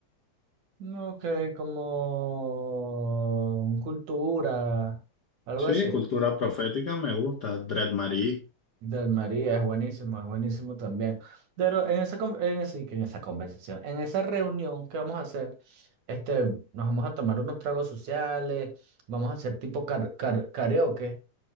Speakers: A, on the right; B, on the left.
A: No, que como cultura, algo
B: Sí,
A: así.
B: cultura profética me gusta, Dread Marie.
A: Del María, es buenísimo, es buenísimo también. Pero en esa, con- en ese- que en esa conversación, en esa reunión que vamos a hacer, este, nos vamos a tomar unos tragos sociales, vamos a hacer tipo car- car- karaoke.